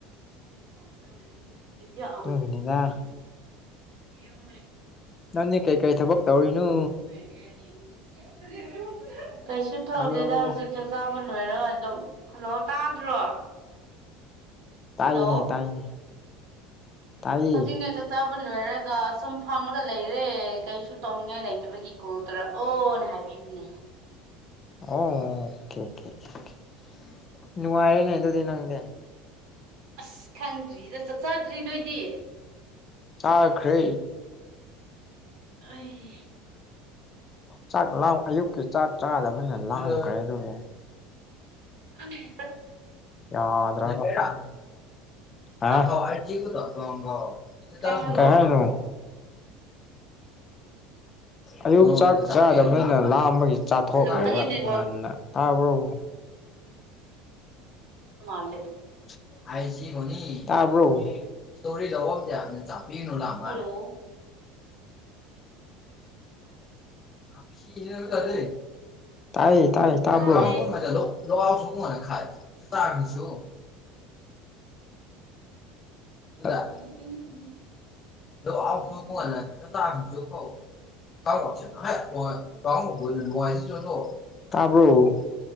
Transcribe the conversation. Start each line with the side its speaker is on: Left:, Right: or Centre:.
Right: <unintelligible>
Left: ꯑꯗꯨꯒꯤꯅꯤꯗ ꯅꯪꯗꯤ ꯀꯩꯀꯩ ꯊꯕꯛ ꯇꯧꯔꯤꯅꯣ
Right: <unintelligible> ꯀꯩꯁꯨ ꯇꯧꯗꯦꯗꯥ
Left: ꯍꯜꯂꯣ
Right: ꯍꯧꯖꯤꯛꯇꯤ ꯆꯥꯕ ꯂꯣꯏꯔ ꯑꯗꯨꯝ ꯍꯜꯂꯣ ꯇꯥꯗ꯭ꯔꯣ
Left: ꯇꯥꯏꯅꯦ
Right: ꯍꯜꯂꯣ
Left: ꯇꯥꯏꯅꯦ ꯇꯥꯏꯌꯦ
Right: ꯍꯧꯖꯤꯛꯅꯦ ꯆꯥꯛ ꯆꯥꯕ ꯂꯣꯏꯔꯒ ꯁꯨꯝ ꯐꯝꯃꯒ ꯂꯩꯔꯦ ꯀꯩꯁꯨ ꯇꯧꯅꯤꯡꯉꯥꯏ ꯂꯩꯇꯕꯒꯤ ꯀꯣꯜ ꯇꯧꯔꯛꯑꯣꯅ ꯍꯥꯏꯕ ꯃꯤꯕꯅꯦ
Left: ꯑꯣ ꯀꯦꯀꯦ ꯀꯦꯀꯦ ꯅꯨꯡꯉꯥꯏꯔꯦꯅꯦ ꯑꯗꯨꯗꯤ ꯅꯪꯗꯤ
Right: ꯑꯁ ꯈꯪꯗ꯭ꯔꯤꯗ ꯆꯥꯛ ꯆꯥꯗ꯭ꯔꯤ ꯅꯣꯏꯗꯤ
Left: ꯆꯥꯈ꯭ꯔꯦ
Right: ꯑꯩ <unintelligible>
Left: ꯆꯥꯛ ꯂꯥꯎ ꯑꯌꯨꯛꯀꯤ ꯆꯥꯛ ꯆꯥꯗꯕꯅꯤꯅ ꯂꯥꯡꯈ꯭ꯔꯦ ꯑꯗꯨꯒꯤ
Right: <unintelligible>
Left: ꯌꯥꯗꯔꯕ <unintelligible> ꯑꯥ
Right: ꯍꯥ
Left: <unintelligible>
Right: ꯀꯩ
Left: <unintelligible>
Right: ꯍꯥꯏꯕ
Left: ꯀꯩꯍꯥꯏꯅꯣ ꯑꯌꯨꯛ ꯆꯥꯛ ꯆꯥꯗꯕꯅꯤꯅ ꯂꯥꯝꯕꯒꯤ ꯆꯥꯊꯣꯛ꯭ꯔꯦꯕ
Right: ꯍꯜꯂꯣ ꯅꯪꯒꯤ ꯅꯦꯠꯋꯥꯛ
Left: ꯉꯟꯅ ꯇꯥꯕ꯭ꯔꫭ
Right: ꯃꯥꯟꯂꯦ
Left: <unintelligible> ꯇꯥꯕ꯭ꯔꯣ <unintelligible>
Right: ꯍꯜꯂꯣ
Left: <unintelligible>
Right: ꯍꯜꯂꯣ
Left: ꯇꯥꯏꯌꯦ ꯇꯥꯏꯌꯦ ꯇꯥꯕ꯭ꯔꯣ
Right: ꯇꯥꯗ꯭ꯔꯦ
Left: <unintelligible> <unintelligible> <unintelligible>
Right: ꯎꯝ <unintelligible>
Left: <unintelligible>
Right: ꯎꯝ ꯎꯝ
Left: <unintelligible> ꯇꯥꯕ꯭ꯔꫭ